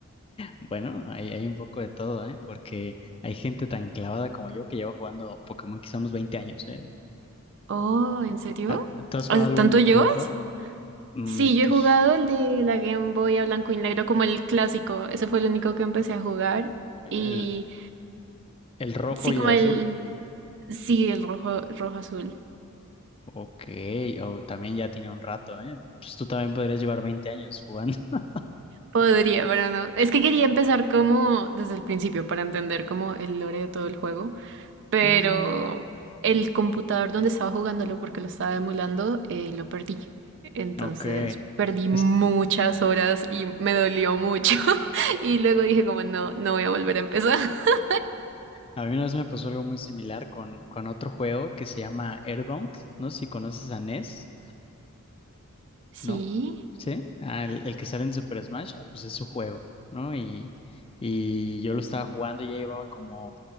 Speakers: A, on the left; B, on the right.
A: Bueno, hay, hay un poco de todo, ¿eh? Porque hay gente tan clavada como yo que lleva jugando Pokémon quizá unos 20 años, ¿eh?
B: Oh, ¿en serio?
A: ¿Ah, ¿Tú has jugado
B: O sea,
A: algún,
B: ¿Tanto llevas?
A: algún juego? Mm,
B: Sí, yo
A: pues
B: he jugado el de la Game Boy a blanco y negro como el clásico. Ese fue el único que empecé a jugar.
A: el,
B: Y
A: el rojo
B: sí,
A: y
B: como
A: el azul.
B: el... Sí, el rojo, rojo azul.
A: Ok, o también ya tiene un rato, ¿eh? Pues tú también podrías llevar 20 años jugando. <laughs>
B: Podría, pero no. Es que quería empezar como desde el principio para entender como el lore de todo el juego, pero
A: Mm,
B: el computador donde estaba jugándolo porque lo estaba emulando, eh, lo perdí. Entonces
A: ok.
B: perdí
A: Es,
B: muchas horas y me dolió mucho. <laughs> Y luego dije como no, no voy a volver a empezar. <laughs>
A: a mí una vez me pasó algo muy similar con, con otro juego que se llama Earthbound. No sé si conoces a NES.
B: Sí,
A: ¿no? ¿Sí? Ah, el, el que sale en Super Smash, ah, pues es su juego, ¿no? Y, y yo lo estaba jugando, ya llevaba como,